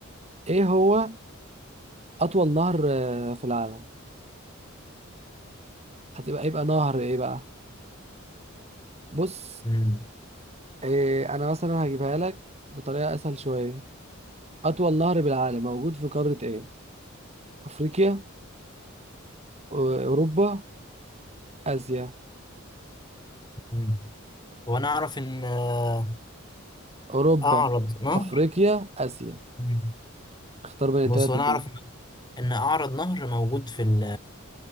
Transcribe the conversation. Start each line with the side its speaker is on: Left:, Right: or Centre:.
Right: ايه هو اطول نهر آه، في العالم هتبقى يبقى نهر ايه بقى بص
Left: مم.
Right: إيه انا مثلا هجيبها لك بطريقة اسهل شوية اطول نهر بالعالم موجود في قارة ايه افريقيا أو- اوروبا اسيا
Left: مم. هو انا اعرف ان آه،
Right: اوروبا
Left: اعرض نهر
Right: افريقيا اسيا
Left: مم.
Right: اختار بين الثلاثة
Left: بص هو انا
Right: دول
Left: اعرف ان إن اعرض نهر موجود في ال...